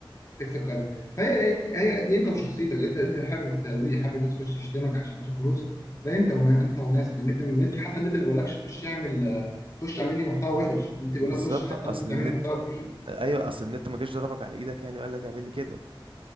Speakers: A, on the left; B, on the right.
A: تكسب كذا فهي إيه، هي دي انت وشخصيتك انت انت حابب التهزيء حابب الناس تخش تشتمك عشان تاخد فلوس ده انت ونا... انت وناسك النت من النت حتى النت ما بيقولكش خش اعمل خش اعمل لي محتوى وحش انت بيقول
B: بالظبط
A: لك خش حتى
B: اصل
A: ممكن تعمل
B: النت
A: لي محتوى جميل
B: ايوه اصل النت ما جاش ضربك على ايدك يعني وقال لك اعمل لي كده